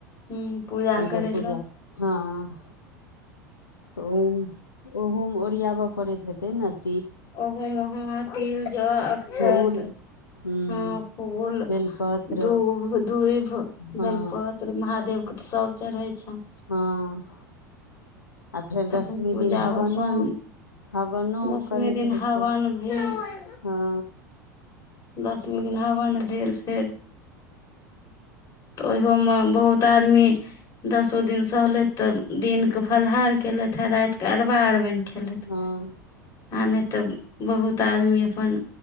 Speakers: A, on the left (about 35°); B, on the left (about 80°).
A: ह पूजा
B: हुनकर
A: करै
B: पूजा
A: लए
B: हँ तऽ ओहोमे ओरियाब पड़ैत हेतै नऽ
A: ओहो मे हँ तिल जऽ अक्षत
B: फूल हूँ
A: हँ फूल
B: बेलपत्र
A: दूब दुइभ
B: हँ
A: बेलपत्र महादेव केँ तऽ सब चरहै छैन
B: हँ आ फेर
A: तखन
B: दसमी
A: पूजा
B: दिन हवनो
A: होइ छनि
B: हवनो
A: दसमी
B: करैत
A: दिन
B: हेतै
A: हवन भेल
B: हँ
A: दसमी दिन हवन भेल फेर तऽ ओहयो मे बहुत आदमी दसो दिन सहलैत तऽ दिनके कऽ फलहार केलथ हँ राइत कऽ अरबा अरबाइन खेलैथ
B: हँ
A: आ नै तऽ बहुत आदमी अपन